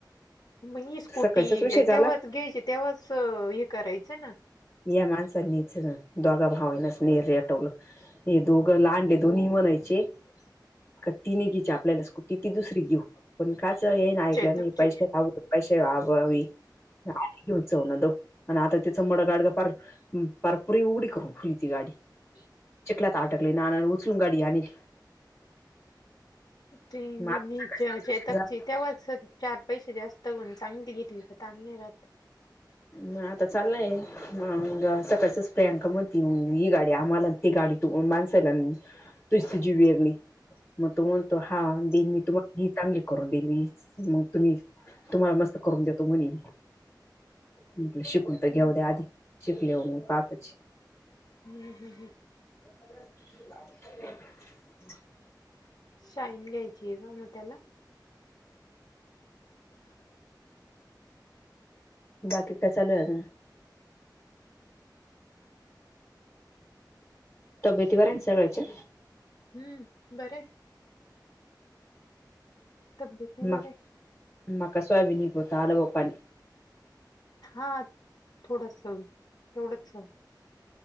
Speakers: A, on the left; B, on the left.
A: मग ही स्कूटी
B: सकाळचाच विषय झाला
A: तेव्हाच घ्यायची तेव्हाच हे करायचं ना.
B: या माणसांनीच दोघा भावन नरेटवलं हे दोघं लांडले दोन्ही म्हणायचे. का तिने घीची आपल्यालासकट त दुसरी घे पण काच येई ना ऐकलं
A: चेतकची
B: नाही पैसे वव पैसे व्हाववी. आ घेऊ चव ना दो आणि आता तिचं मुडं गाडगं फार. परपुरी उडी करून फुलीची गाडी.
A: <inaudible>
B: ला ताटकले ना उचलून गाडी आणल.
A: त
B: मग आता
A: नीच
B: सकाळी
A: चेताकची
B: उशीर झाला
A: ते व चार पैसे जास्त कोण चांगली घेतली तर ्य राात.
B: म आता चाललंय. म सकाळच्याच प्रियांका म्हणती ही गाडी आम्हाला ती गाडी तू माणसायला. तुच तझी भगली मग तो म्हणतो हा दिन मी तुम्हाला. चांगली करून देईल मी मग तुम्ही तुम्हाला मस्त करून देतो म्हणे. म्हटलं शिकून तर घेऊ
A: हम्म
B: द्या आधी शिकलेऊ मी पाहतच.
A: हम हम ह
B: <unintelligible>
A: शाईन घ्यायची आहे ग मग त्याला.
B: बाकी काय चालू आहेज. तब्यती ब आहे सगळ्याच्या.
A: हम्म बर. तब्येती बरे
B: म म कसवाब न पू तला ब पाणी
A: हा थोडस तेवढंच.